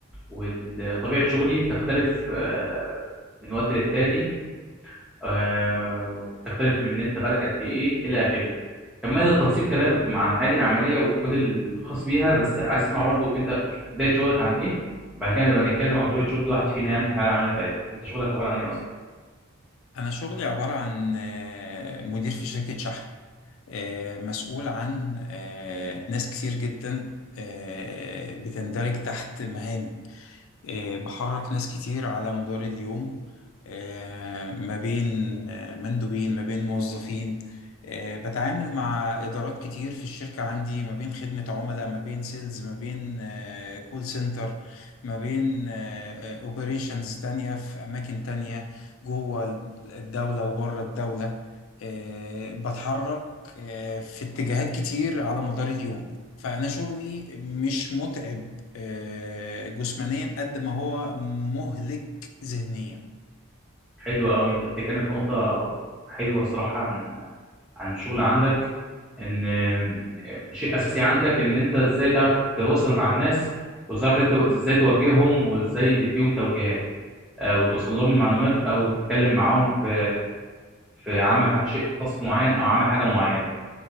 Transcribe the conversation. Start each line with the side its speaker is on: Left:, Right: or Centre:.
Centre: وطبيعه شغلي بتختلف آه، من وقت للتاني آه، تختلف من ان انت بقالك قد ايه الى اخره كمل التفاصيل كلام عن حياتي العمليه وكل الخاص بيها بس عايز اسمع برضو انت بدايه شغلك عن ايه بعد كده نبقى نتكلم عن طبيعه شغل كل واحد فينا يعني والحياه العمليه بتاعتنا انت شغلك عباره عن ايه اصلا
Left: انا شغلي عباره عن آه، مدير في شركه شحن آه، مسؤول عن آه، ناس كتير جدا آه، بتندرج تحت مهامي آه، بحرك ناس كتير على مدار اليوم آه، ما بين آه، مندوبين ما بين موظفين آه، بتعامل مع إدارات كتير في الشركة عندي ما بين خدمة عملاء ما بين سيلز ما بين كول سنتر ما بين اوبريشنز تانية في أماكن تانية جوه الدولة وبره الدولة آه، بتحرك آه، في اتجاهات كتير على مدار اليوم فأنا شغلي مش متعب آه، جسمانيا قد ما هو مهلك ذهنيا
Centre: حلو قوي انت بتتكلم في نقطه حلوه الصراحه عن عن الشغل عندك ان آه، شيء اساسي عندك ان انت ازاي تعرف تتواصل مع الناس وازاي تعرف ازاي توجههم وازاي تديهم توجيهات آه، وتوصل لهم المعلومات او تتكلم معاهم في في عمل شيء تاسك معين او عمل حاجه معينه